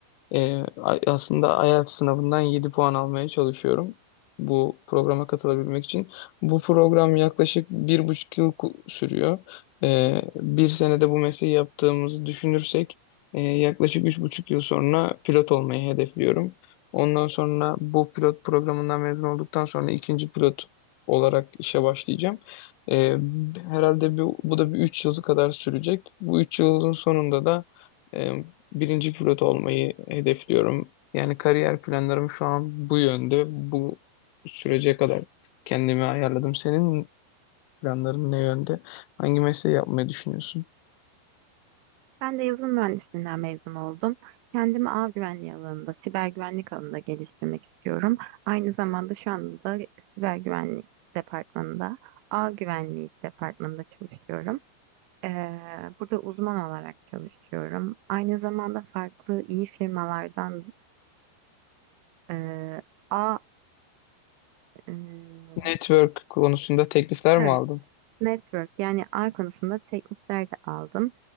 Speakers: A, on the left (about 90°); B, on the right (about 80°).
A: Ee, a- aslında IELTS sınavından 7 puan almaya çalışıyorum bu programa katılabilmek için. Bu program yaklaşık bir buçuk yıl ku- sürüyor. Ee, bir senede bu mesleği yaptığımızı düşünürsek e, yaklaşık üç buçuk yıl sonra pilot olmayı hedefliyorum. Ondan sonra bu pilot programından mezun olduktan sonra ikinci pilot olarak işe başlayacağım. Ee, herhalde bu, bu da bir üç yıl kadar sürecek. Bu üç yılın sonunda da birinci pilot olmayı hedefliyorum. Yani kariyer planlarım şu an bu yönde. Bu sürece kadar kendimi ayarladım. Senin planların ne yönde? Hangi mesleği yapmayı düşünüyorsun?
B: Ben de yazılım mühendisliğinden mezun oldum. Kendimi ağ güvenliği alanında, siber güvenlik alanında geliştirmek istiyorum. Aynı zamanda şu anda siber güvenlik departmanında, ağ güvenliği departmanında çalışıyorum. Ee, burada uzman olarak çalışıyorum. Aynı zamanda farklı iyi firmalardan e, ağ, e,
A: Network konusunda teklifler
B: evet
A: mi aldın?
B: Network yani ağ konusunda teknikler de aldım.